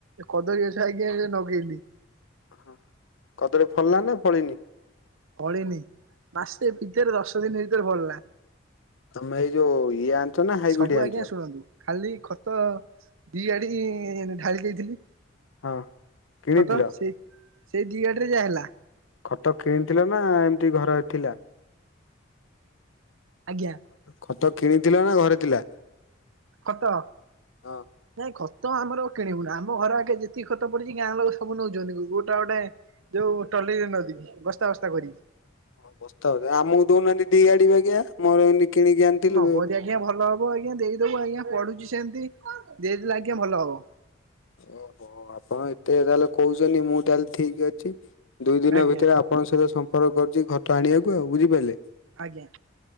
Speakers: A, on the right; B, on the left.
A: କଦଳୀ ଗଛ ଆଜ୍ଞା ନଗେଇଲି।
B: ହ କହଲଳୀ ଫଳିଲା ନା ଫଳିନି?
A: ଫଳିନି ମାସେ ଭିତରେ ଦଶ ଦିନ ଭିତରେ ଫଳିଲା।
B: ତମେ ଏଇ ଯୋଉ ଇଏ ଅଣିଛ ନା ହାଇବ୍ରିଡି
A: ସବୁ ଆଜ୍ଞା
B: ଅଣିଚ?
A: ଶୁଣନ୍ତୁ ଖାଲି ଖତ ଦି ଆଡି ଢାଳି ଦେଇଥିଲି।
B: ହଁ କିଣିଥିଲ
A: ଖତ ସେଇ ସେଇ ଦିଗାଡିରେ ଯାହା ହେଲା।
B: ଖଟ କିଣିଥିଲ ନା ଏମିତି ଘର ଥିଲା।
A: ଆଜ୍ଞା।
B: ଖତ କିଣିଥିଲା ନା ଘରେ ଥିଲା?
A: ଖତ।
B: ହଁ
A: ନାଇଁ ଖତ ଆମର କିଣିବୁନୁ ଆମ ଘର ଆଗେ ଯେତିକି ଖତ ପଡିଚି ଗାଁ ଲୋକ ସବୁ ନେଉଛନ୍ତି ଗୋଟା ଗୋଟେ ଯୋଉ ଟଲିରେ ନଦିକି ବସ୍ତାବସ୍ତା କରିକି
B: ହଁ ବସ୍ତା ଗୁରା ଆମକୁ ଦଉନାହାନ୍ତି ଦି ଗାଡି ବାଗିଆ ମୋର ଏମିତି କିଣିକି ଆଣିଥିଲୁ
A: ନବଜଦି ଆଜ୍ଞା ଭଲ ହବ ଆଜ୍ଞା ଦେଇଦବୁ ଆଜ୍ଞା ପଢୁଛି ସେମିତି ଦେଇଦେଲେ ଆଜ୍ଞା ଭଲ ହବ।
B: ଓହୋ ଆପଣ ଏତେ ତାହେଲେ କହୁଛନ୍ତି ମୁଁ ତାହେଲେ ଠିକ ଅଛି ଦୁଇ ଦିନ
A: ଆଜ୍ଞା
B: ଭିତରେ ଆପଣଙ୍କ ସହିତ ସମ୍ପର୍କ କରୁଛି ଖତ ଆଣିବାକୁ ଆଉ ବୁଝିପାରିଲେ?
A: ଆଜ୍ଞା